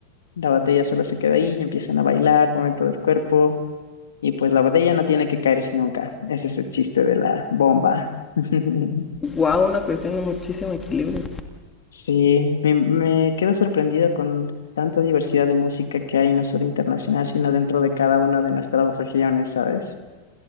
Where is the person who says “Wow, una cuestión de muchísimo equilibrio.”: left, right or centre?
Left